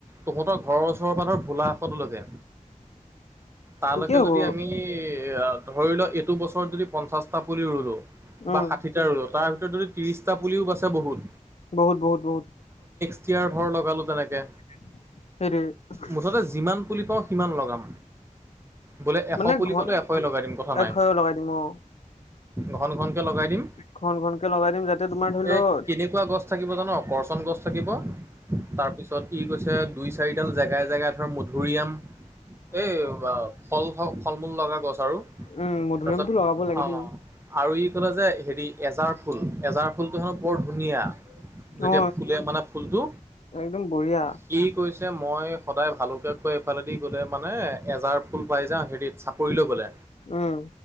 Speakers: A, on the right; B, on the left.
A: তহঁতক ঘৰ ওচৰৰ পাথৰ ভোলা কাষৰ তলতে। তালৈকে
B: ঠিকেই হ'ব
A: যদি আমি এ ধৰি লোৱা এইটো বছৰত যদি পঞ্চাশটা পুলি ৰুলো।
B: উম।
A: বা ষাঠিটা ৰুলো তাৰ ভিতৰত যদি ত্ৰিশটা পুলিও বাচে বহুত।
B: বহুত বহুত বহুত।
A: <unintelligible> ধৰ লগালো তেনেকে।
B: সেইটোৱে।
A: মুঠতে যিমান পুলি পাওঁ সিমান লগাম। বোলে এশ
B: মানে
A: পুলি
B: ঘন
A: পালোঁ এশই লগাই দিম কথা নাই।
B: এশয় লগাই দিম অ
A: ঘন ঘনকে লগাই দিম,
B: ঘন ঘনকে লগাই দিম যাতে তোমাৰ ধৰি লও
A: এই কেনেকুৱা গছ <unintelligible> জানো গৰ্জন গছ থাকিব, তাৰপিছত ই কৈছে দুই চাৰিডাল জেগাই <unintelligible> মধুৰিআম এই ফল ফলমুল লগা গছ <unintelligible>
B: উম মধুৰিআমটো
A: তাৰপিছত
B: লগাব লাগে
A: অ'।
B: দেই
A: আৰু ই ক'লে যে হেৰি এজাৰ ফুল এজাৰ ফুলটো হেনো বৰ ধুনীয়া, যেতিয়া
B: অ
A: ফুলে মানে ফুলটো,
B: একদম বঢ়িয়া
A: সি কৈছে মই সদায় ভালকে কৈ এইফালেদি ক'লে মানে এজাৰ ফুল পাই যাওঁ হেৰিত চাকৰিলৈ গ'লে।
B: উম।